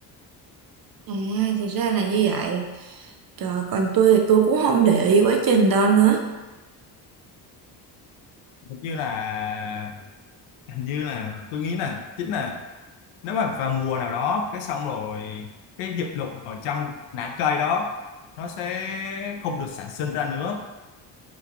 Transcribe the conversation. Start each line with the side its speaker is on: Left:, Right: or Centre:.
Right: à thì ra là như vậy trời còn tôi thì tôi cũng không để ý quá trình đâu nữa
Left: giống như là hình như là tôi nghĩ là chính là nếu mà vào mùa nào đó cái xong rồi cái diệp lục ở trong lá cây đó nó sẽ không được sản sinh ra nữa